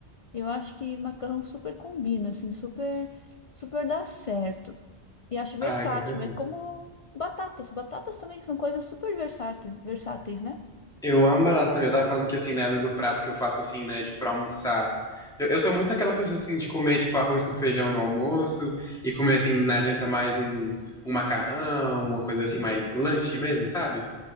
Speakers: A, on the left; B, in the centre.
A: Eu acho que macarrão super combina, assim, super, super dá certo. E acho versátil,
B: Ah, com certeza.
A: é como batatas. Batatas também são coisas super versáteis, versáteis, né?
B: Eu amo batata também. Eu tava falando que, assim, né, às vezes um prato que eu faço, assim, né, tipo, pra almoçar. Eu, eu sou muito aquela pessoa, assim, de comer, tipo, arroz com feijão no almoço e comer, assim, na janta mais um, um macarrão, uma coisa assim, mais lanche mesmo, sabe?